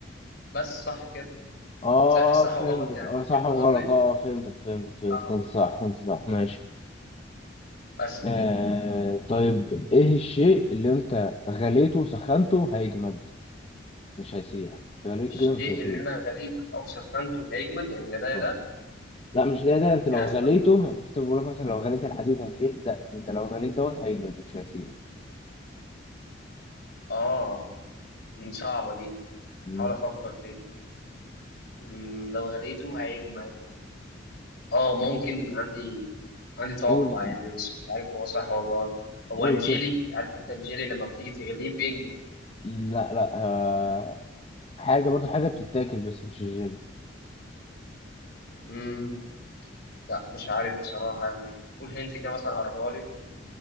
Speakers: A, on the left; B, on the left.
A: بس صح كده
B: اه
A: زي في صح
B: آه، فهمتك
A: وغلط يعني
B: اه صح
A: فهمت
B: وغلط
A: قصدي؟
B: اه آه، فهمتك فهمتك فهمتك
A: اه
B: انت صح انت صح ماشي
A: بس
B: آه طيب ايه الشيء اللي انت غليته وسخنته هيجمد مش هيسيح غليته
A: الشيء
B: كده مش هيسيح
A: اللي أنا غليته أو سخنته هيجمد يعني يا ده يا
B: اه
A: ده
B: لا مش ده ده انت لو
A: لا
B: غليته
A: استنى
B: مش انت بقول لك مثلا لو غليت الحديد هيسيح ده انت لو غليت دوت هيجمد مش هيسيح
A: آه مم، صعبة دي
B: مم.
A: حاول أفكر فيها مم، لو غليته هيجمد آه ممكن عندي عندي توقع
B: قول كده
A: يعني بس مش عارف هو صح ولا غلط. هو
B: قول
A: الجيلي
B: كده
A: عارف أنت الجيلي لما بتيجي تغليه بيجمد
B: مم، لا لا آه حاجة برضو حاجة بتتاكل بس مش الجيلي
A: مم. لا مش عارف بصراحة يعني قول هنت كده مثلا قربها لي